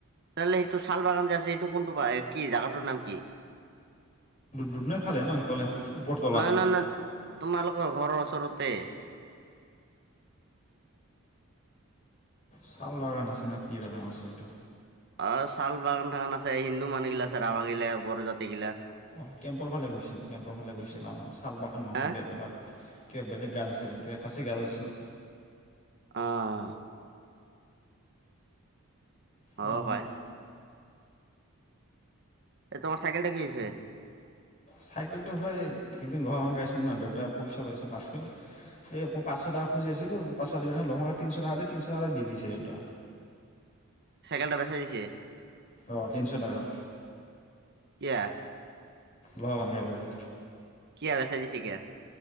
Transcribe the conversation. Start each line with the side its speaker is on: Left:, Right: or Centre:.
Right: তেতিয়াহলে সেইটো শাল বাগান যে আছে এইটো কোনটো কি জাগাটোৰ নাম কি?
Left: দুধনৈ ফালে ন সিফালে উপৰতলা
Right: নহয় নহয় নহয় তোমালোকৰ ঘৰৰ ওচৰতে
Left: শাল বাগান আছে নে কি বাগান আছে এইটো
Right: অ শাল বাগান থাগান আছে হিন্দু মানুহ গিলা আছে ৰাভা গিলা বড়ো জাতিগিলা।
Left: অঁ কেম্পৰ ফালে গৈছিলে কেম্পৰ ফালে গৈছিলে অঁ শাল বাগান নহয়
Right: হা
Left: সেইবিলাক। কিবা বেলেগ গাজ আছিলে কিবা একাচি গাজ আছিলোঁ
Right: অঁ
Left: হয়
Right: অ
Left: হয়
Right: পাই এ তোমাৰ চাইকেল টা কি হৈছে?
Left: চাইকেলটো ভাই একদিন লহা ভকাইছিল ন দেউতা পইচা পাইচে। এ মই পাঁশ টকা খুজি আছিলো পাঁচশ দিব নে লহভাংগা তিনশ টকা তিনশ টাকাতে দি দিছে দেউতা
Right: চাইকেল টা বেচাই দিছে
Left: অঁ তিনিশ টকাত
Right: কেতিয়া?
Left: লোৱা ভংগা লগত
Right: কি আ চা দিছে কো